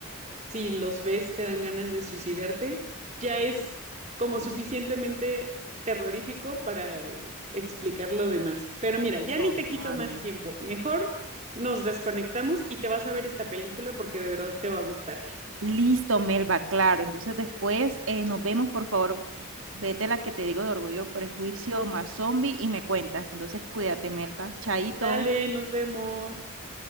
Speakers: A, on the right; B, on the right.
A: si los ves te dan ganas de suicidarte, ya es como suficientemente terrorífico para explicar lo demás. Pero mira, ya
B: Total.
A: ni te quito más tiempo. Mejor nos desconectamos y te vas a ver esta película porque de verdad te va a gustar.
B: Listo, Melba, claro. Entonces después eh, nos vemos, por favor. Vete la que te digo de orgullo, prejuicio, más zombie y me cuentas. Entonces cuídate, Melba. Chaito.
A: Dale, nos vemos.